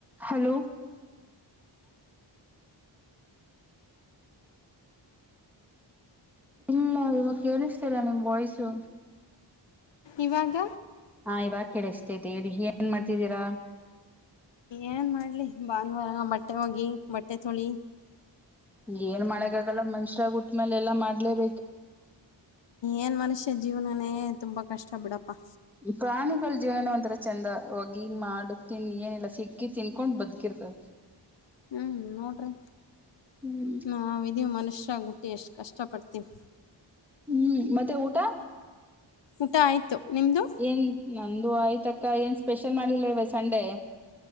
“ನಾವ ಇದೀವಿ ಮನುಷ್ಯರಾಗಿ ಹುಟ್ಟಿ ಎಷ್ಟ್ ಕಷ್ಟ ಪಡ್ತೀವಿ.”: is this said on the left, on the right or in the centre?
Left